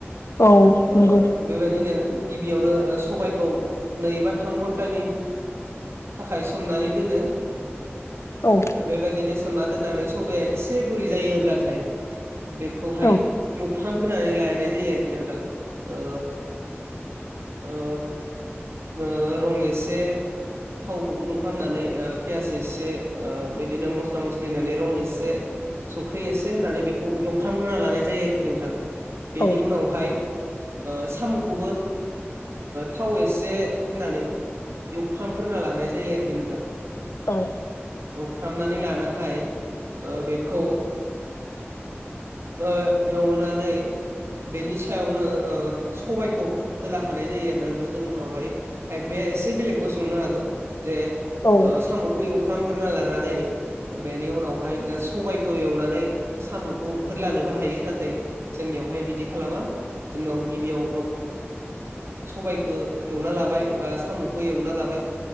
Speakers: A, on the left; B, on the right.
A: औ
B: ओ
A: नंगौ
B: बेबायदिनो गिबियावनो ओ सबायखौ नै बा थाम घन्टानि थाखाय सोमनानै दोनो
A: औ
B: बेबायदिनो सोमना दोननानै सबाया इसे गुरै जायोब्लाथाय बेखौहाय
A: औ
B: एव फ्रामगोरनानै लानाय जायो आरोखि नोंथां ओ ओ ओ रं एसे थावखौ गुदुं खालामनानै पियास एसे बिदिनो मस्ला मस्लि होननानै रं एसे संख्रि एसे होनानै बेखौ एवफ्रामग्रोना लानाय जायो आरोखि नोंथां बेनि
A: औ
B: उनावहाय साम'खौबो थाव एसे होनानै फ्राम ग्रोना लानाय जायो आरोखि नोंथां।
A: औ
B: एवफ्रामनानै लानहाय ओ बेखौ एवनानै बेनि सायावनो ओ सबायखौ होलाखानाय जायो आरोना नोथां जों उनावहाय खायफाया एसे बेलेगबो संनो हागौ जे
A: औ
B: साम'खौ एवफ्रामग्रोना लानानै बेनि उनावहाय जा सबागखौ एवनानै साम'खौ होदलानोबो हायो नाथाय जोंनियावहाय बिदि खालामा जोंनाव गिबियाव सबायाइखौ एवना लाबाय बा साम'खौ एवना लाबाय